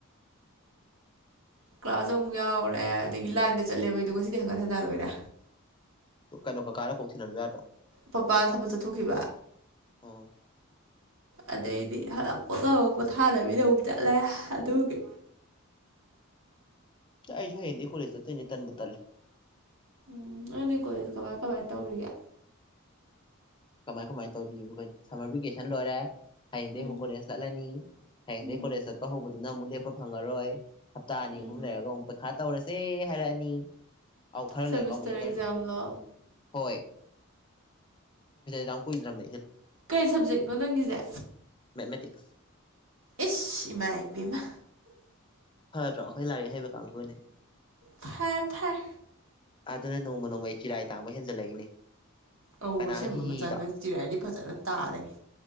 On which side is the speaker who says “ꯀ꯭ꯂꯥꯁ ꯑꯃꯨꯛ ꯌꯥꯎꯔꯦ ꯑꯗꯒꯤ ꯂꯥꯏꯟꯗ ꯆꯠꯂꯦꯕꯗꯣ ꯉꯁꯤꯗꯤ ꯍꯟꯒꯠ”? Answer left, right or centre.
Right